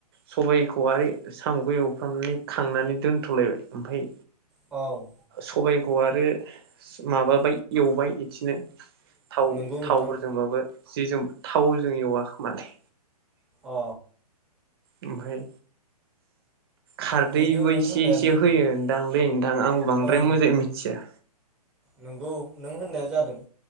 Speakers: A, on the right; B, in the centre.
A: सबायख खहाय साम'खौ एवफ्रामनानै खांनानै दोनथ'लायबाय ओमफाय
B: औ
A: सबाइ खौ आरो माबाबाय एवबाय, बिदिनो थाव
B: नंगौ नोंथां
A: थावफोरजोंबाबो जिजों थावजों एवा खोमालै
B: अ
A: ओमफाय खारदैबो
B: बेनो नों
A: इसे
B: होननायानो
A: इसे होयो
B: नंगौ
A: नोंदांलै नोंथां आंबो बांद्राय
B: ओं
A: मोजां मिथिया।
B: नंगौ नों होननाया जाद दों